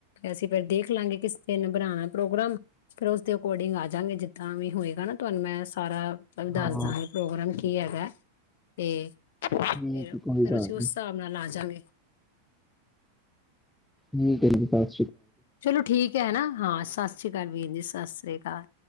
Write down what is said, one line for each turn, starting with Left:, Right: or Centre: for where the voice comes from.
Left: ਅਸੀਂ ਫੇਰ ਦੇਖ ਲਾਂਗੇ ਕਿਸ ਦਿਨ ਬਣਾਉਣਾ ਪ੍ਰੋਗਰਾਮ, ਫੇਰ ਉਸਦੇ ਅਕੋਰਡਿੰਗ ਆਜਾ ਗੇ ਜਿੱਦਾ ਵੀ ਹੋਏਗਾ ਨਾ ਤੁਹਾਨੂੰ ਮੈਂ ਸਾਰਾ ਤੁਹਾਨੂੰ ਦੱਸ
Centre: ਹਾਂ
Left: ਦਾਂਗੇ ਪ੍ਰੋਗਰਾਮ ਕੀ ਹੈਗਾ? ਤੇ ਫੇਰ
Centre: ਠੀਕ ਹੈ,
Left: -ਫਿਰ
Centre: ਕੋਈ ਗੱਲ
Left: ਅਸੀਂ ਉਸ ਹਿਸਾਬ ਨਾਲ ਆਜਾ ਗੇ।
Centre: ਠੀਕ ਏ ਜੀ ਸਬ।
Left: ਚਲੋ ਠੀਕ ਹੈ ਨਾ, ਹਾਂ, ਸਤਿ ਸ਼੍ਰੀ ਅਕਾਲ ਵੀਰ ਜੀ ਸਤਿ ਸ੍ਰੀ ਅਕਾਲ।